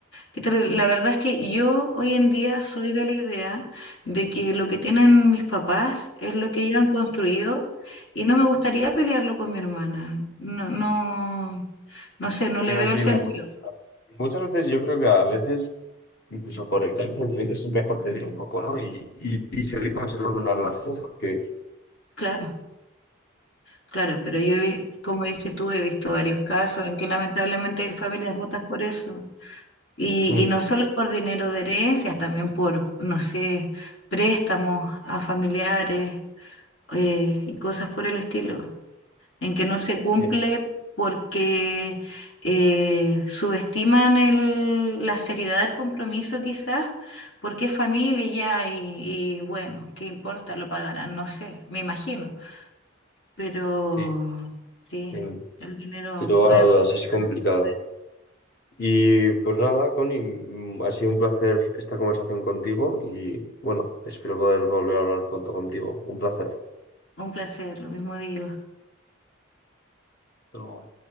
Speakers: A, on the left (about 70°); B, on the left (about 50°).
A: Pero la verdad es que yo hoy en día soy de la idea de que lo que tienen mis papás es lo que ellos han construido y no me gustaría pelearlo con mi hermana. No, no, no sé, no le
B: que no
A: veo
B: tiene
A: el sentido.
B: oportunidad. Muchas veces yo creo que a veces, incluso por el tiempo, es mejor te diga un poco, ¿no? Y, y, y seguir conservando una relación, porque
A: Claro, claro, pero yo, he vi- como dices tú, he visto varios casos en que lamentablemente hay familias rotas por eso. Y,
B: mm,
A: y no solo por dinero de herencias, también por, no sé, préstamos a familiares eh, y cosas por el estilo. en que no se cumple
B: sí,
A: porque eh, subestiman el- la seriedad del compromiso quizás, porque es familia y ya, y, y bueno, ¿qué importa? Lo pagarán, no sé, me imagino. Pero
B: Sí, sí.
A: sí,
B: sin,
A: el dinero
B: sin lugar
A: puede
B: a dudas
A: romper
B: es complicado. Y pues nada, Connie, mm, ha sido un placer esta conversación contigo y bueno, espero poder volver a hablar pronto contigo. Un placer.
A: un placer, lo mismo digo.
B: Hasta luego.